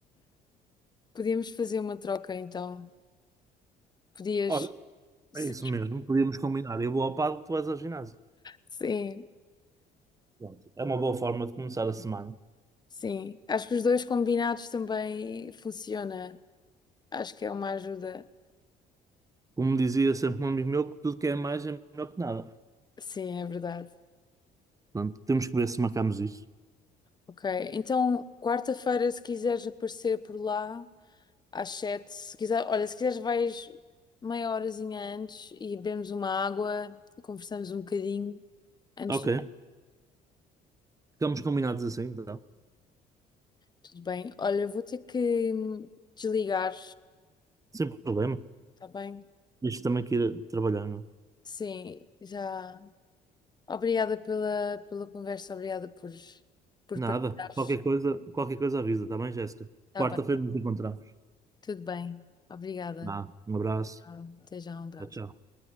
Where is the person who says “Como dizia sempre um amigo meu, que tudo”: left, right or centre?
Right